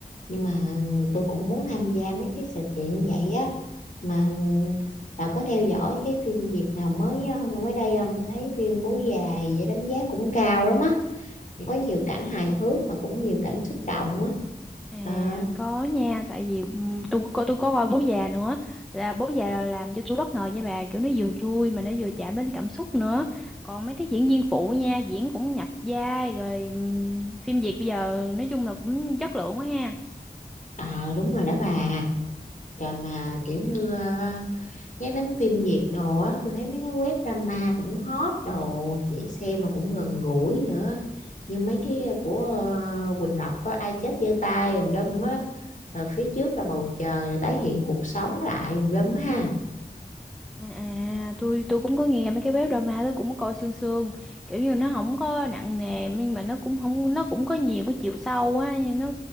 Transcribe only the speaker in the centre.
À
có nha tại vì ừm, tôi có tôi có coi bố già nữa là bố già là làm cho tôi bất ngờ nha bà kiểu nó vừa vui mà nó vừa chạm đến cảm xúc nữa còn mấy cái diễn viên phụ nha diễn cũng nhập vai rồi ừm, phim Việt bây giờ nói chung là cũng chất lượng quá ha
À, à tôi tôi cũng có nghe mấy cái web drama tôi cũng có coi sương sương kiểu như nó không có nặng nề nhưng mà nó cũng không nó cũng có nhiều cái chiều sâu á nhưng nó